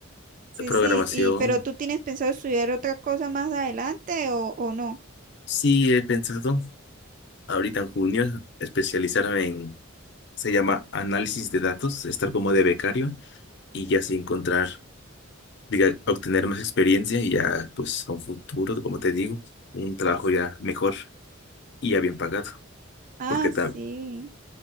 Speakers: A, on the right (about 40°); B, on the left (about 55°).
A: Sí,
B: de programación.
A: sí, y pero ¿tú tienes pensado estudiar otra cosa más adelante o, o no?
B: Sí, he pensado ahorita en junio especializarme en, se llama análisis de datos, estar como de becario y ya así encontrar, diga, obtener más experiencia y ya, pues, a un futuro, como te digo, un trabajo ya mejor y ya bien pagado.
A: Ah,
B: Porque tam-
A: sí.